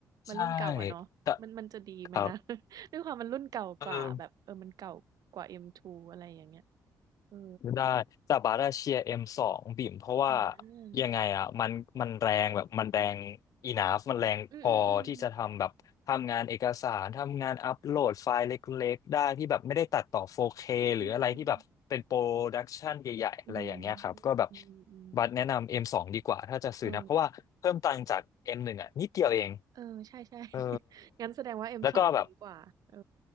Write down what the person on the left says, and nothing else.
ใช่แต่ครับ
เออ
ได้แต่บาร์ดาเชียร์เอ็มสองบิ่มเพราะว่า
ยังไงอ่ะมันมันแรงแบบมันแรงอีนาฟมันแรงพอที่จะทำแบบทำงานเอกสารทำงานอัปโหลดไฟล์เล็กๆได้ที่แบบไม่ได้ตัดต่อ
4K หรืออะไรที่แบบเป็นโปรดักชันใหญ่ๆอะไรอย่างเงี้ยครับก็แบบ
บัตรแนะนำ M สองดีกว่าถ้าจะซื้อนะเพราะว่าเพิ่มตังค์จาก
M หนึ่งอ่ะนิดเดียวเอง
เออ
แล้วก็แบบ